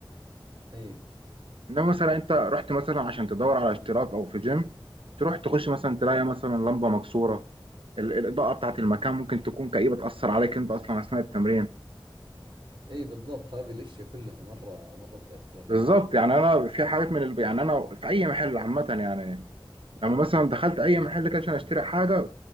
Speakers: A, on the right; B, on the right.
A: اي
B: انما مثلا انت رحت مثلا عشان تدور على اشتراك او في جيم تروح تخش مثلا تلاقي مثلا لمبه مكسوره ال- الاضاءه بتاعت المكان ممكن تكون كئيبه تاثر عليك انت اصلا اثناء التمرين
A: اي بالضبط هذه الاشياء كلها مرة مرة تأثر
B: بالظبط
A: يعني
B: يعني انا في حاجات من الب... يعني انا في اي محل عامه يعني لما مثلا دخلت اي محل كده عشان اشتري حاجه